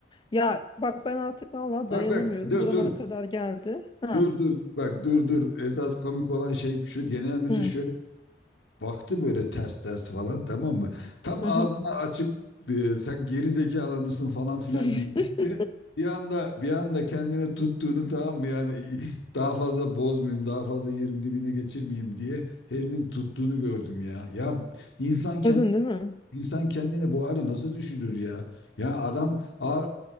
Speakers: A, on the left; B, on the left.
A: Ya bak ben artık vallahi
B: Bak
A: dayanamıyorum.
B: bak dur
A: Buramana
B: dur.
A: kadar geldi. Ha.
B: Dur dur bak dur dur esas komik olan şey şu genel müdür
A: Hı.
B: şöyle baktı böyle ters ters falan tamam mı? Tam ağzını
A: Hı hı.
B: açıp e, sen geri zekalı mısın falan filan
A: <laughs>
B: diyecekti. Bir anda bir anda kendini tuttuğunu tamam mı yani i- daha fazla bozmayayım daha fazla yerin dibine geçirmeyeyim diye herifin tuttuğunu gördüm ya. Ya insan kendi
A: Gördün değil mi?
B: İnsan kendini bu hale nasıl düşürür ya? Ya adam a-